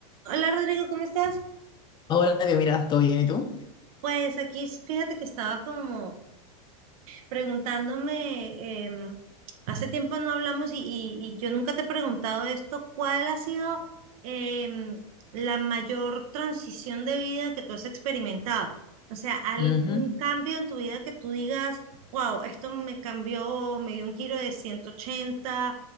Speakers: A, on the right; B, on the left.
A: Hola Rodrigo, ¿cómo estás?
B: Hola, Dios, mira, ¿todo bien y tú?
A: Pues aquí s- fíjate que estaba como preguntándome, em, hace tiempo no hablamos y, y- y yo nunca te he preguntado esto, ¿cuál ha sido em, la mayor transición de vida que tú has experimentado? O sea, algún
B: Ujú,
A: cambio en tu vida que tú digas, wow, esto me cambió, me dio un giro de 180